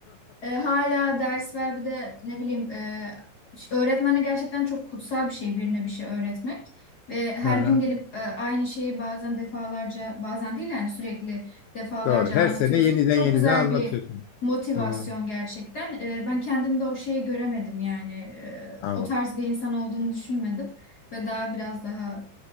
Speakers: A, on the left; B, on the left.
A: E, hala ders ver bir de ne bileyim e, ş- öğretmenle gerçekten çok kutsal bir şey birine bir şey öğretmek. Ve her
B: Hı hı,
A: gün gelip e, aynı şeyi bazen defalarca bazen değil yani sürekli defalarca
B: Doğru. Her
A: anlatıyorsunuz.
B: sene yeniden
A: Bu çok
B: yeniden
A: güzel
B: anlatıyorsun.
A: bir motivasyon
B: Hı,
A: gerçekten. E, ben kendimde o şeyi göremedim yani E,
B: tamam.
A: o tarz bir insan olduğumu düşünmedim. Ve daha biraz daha